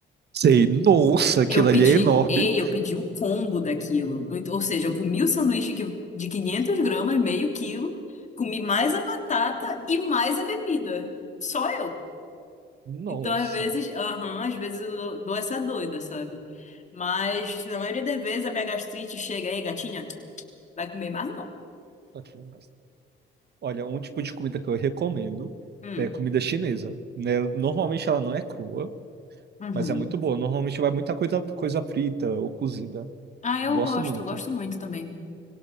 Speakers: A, on the right; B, on the left.
A: Sei, nossa, aquilo
B: Eu pedi,
A: ali é enorme.
B: ei, eu pedi o combo daquilo. Então, Ou seja, eu comi o sanduíche que- de 500 gramas, meio quilo, comi mais a batata e mais a bebida. Só eu.
A: Nossa,
B: Então, às vezes, aham, às vezes eu dou dou essa doida, sabe? Mas, na maioria das vezes, a minha gastrite chega aí, gatinha, vai comer mais não.
A: pra comer mais Olha, um tipo de comida que eu recomendo
B: Hum,
A: é comida chinesa, né? Normalmente ela não é crua,
B: uhum.
A: mas é muito boa. Normalmente vai muita coisa, coisa frita ou cozida.
B: Ah, eu
A: Gosto
B: gosto,
A: muito.
B: eu gosto muito também.